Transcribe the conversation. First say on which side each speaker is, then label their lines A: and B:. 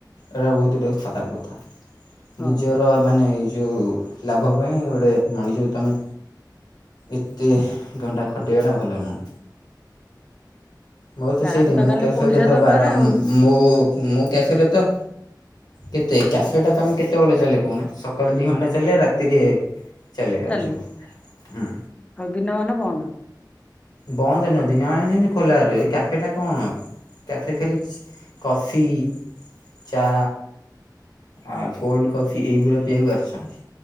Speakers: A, on the left (about 60°); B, on the left (about 15°).
A: ଏଟା ବହୁତ ଗୁଟେ ଖରାପ କଥା।
B: ହଁ
A: ନିଜର ମାନେ ଯୋଉ ଲାଭ ପାଇଁ ଗୋଟେ ମଣିଷକୁ ତମେ ଏତେ ଘଣ୍ଟା ଖଟେଇବାଟା ଭଲ ନୁହଁ। ମୋର ତ
B: ତାର
A: ସେଇଥିପାଇଁ ମୋ
B: ଖାଲି
A: କ୍ୟାଫେରେ
B: ପଇସା
A: ତ
B: ଦରକାର
A: ବାର ମୁଁ
B: ଆଉ
A: ମୋ କ୍ୟାଫେରେ ତ କେତେ କ୍ୟାଫେ ଟା ତମେ କେତେବେଳେ ଚାଲେ କହୁନ ସକାଳୁ ଦି ଘଣ୍ଟା ଚାଲେ ରାତିରେ ଚାଲେ ଆଉ
B: ଚାଲି
A: ସବୁ ହୁଁ
B: ଆଉ ଦିନ ବାନ ବନ୍ଦ।
A: ବନ୍ଦ ନୁହ, ଦିନ ବେଳା ସେମତି ଖୋଲା ରୁଏ। କ୍ୟାଫେଟା କଣ? କ୍ୟାଫେ ଖାଲି କଫି, ଚା, ଆଉ କୋଲ୍ଡ କଫି ଏଇଗୁଡ଼ା ପିଇବାକୁ ଆସୁଚନ୍ତି।